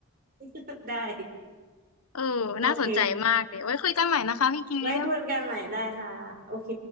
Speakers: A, on the right (about 45°); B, on the left (about 85°).
A: <laughs> ได้
B: เออน่าสนใจมากเลยไว้คุยกันใหม่นะคะพี่เ๊ม
A: โอเคไว้คุยกันใหม่ได้ค่ะโอเค